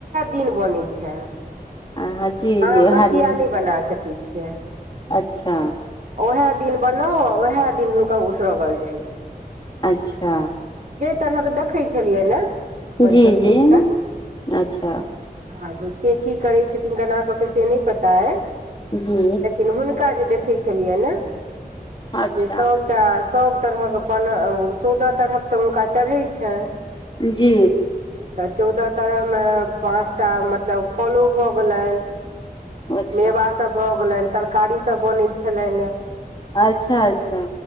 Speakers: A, on the right; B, on the left.
A: दिन बनै छै
B: हँ जी
A: अहाँ
B: जी उएह
A: बस
B: दिन
A: इएह नहि बना सकैत छियै
B: अच्छा
A: ओएह दिन बनाउ ओएह दिन हुनका उसरगल जाइ छ
B: अच्छह
A: तरह के देखै छलियै ने अपन
B: जी
A: ससुर
B: जी
A: के
B: अच्छा
A: आब के की करै छथिन केना कऽ के से नहि पता अछि
B: जी
A: लेकिन हुनका जे देखै छलिय ने
B: अच्छा
A: जे सबटा सभ तरहक चौदह तरहक तऽ हुनका चढ़ैत छनि
B: जी
A: तऽ चौदह तरह मे पाँच टा मतलब फॉलो भऽ गेलनि
B: अच्छा
A: मेवा सभ भऽ गेलनि तरकारीसभ बनैत छलनि
B: अच्छा अच्छा